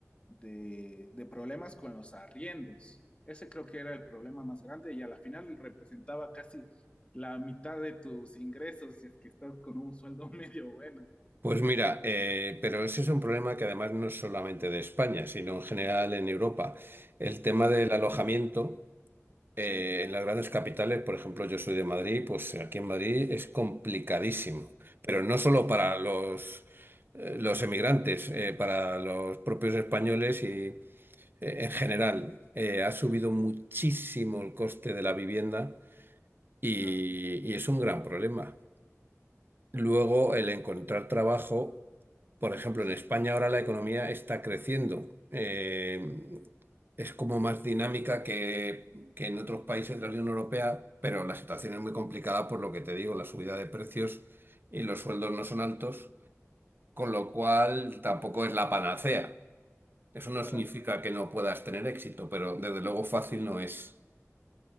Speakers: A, on the left (about 25°); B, on the right (about 40°).
A: de, de problemas con los arriendos. Ese creo que era el problema más grande y a la final representaba casi la mitad de tus ingresos si es que estás con un sueldo <laughs> medio bueno.
B: Pues mira, eh, pero ese es un problema que además no es solamente de España, sino en general en Europa. El tema
A: Sí,
B: del alojamiento eh,
A: sí.
B: en las grandes capitales, por ejemplo, yo soy de Madrid, pues aquí en Madrid es complicadísimo, pero no solo para
A: Claro,
B: los, eh, los emigrantes, eh, para los propios españoles y eh, en general. Eh, ha subido muchísimo el coste de la vivienda y,
A: claro,
B: y es un gran problema. Luego, el encontrar trabajo, por ejemplo,
A: sí,
B: en España ahora la economía está creciendo. Eh, es como más dinámica que, que en otros países de la Unión Europea, pero la situación es muy complicada por lo que te digo, la subida de precios y los sueldos no son altos, con
A: sí,
B: lo cual tampoco es la panacea. Eso no
A: claro,
B: significa que no puedas tener éxito, pero desde luego fácil no es.